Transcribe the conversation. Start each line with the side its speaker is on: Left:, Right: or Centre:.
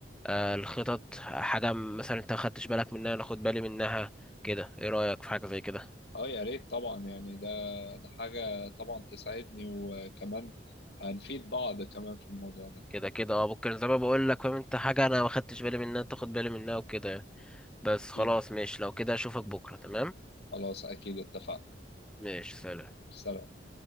Centre: آه الخطط حاجه مثلا انت ما خدتش بالك منها انا اخد بالي منها كده ايه رايك في حاجه زي كده
Left: اه يا ريت طبعا يعني ده ده حاجه طبعا تسعدني وكمان هنفيد بعض كمان في الموضوع ده
Centre: كده كده اه ممكن زي ما بقول لك فاهم انت حاجه انا ما خدتش بالي منها تاخد بالي منها وكده يعني. بس
Left: اكيد
Centre: خلاص ماشي لو كده اشوفك بكره تمام
Left: خلاص اكيد اتفقنا
Centre: ماشي سلام
Left: سلام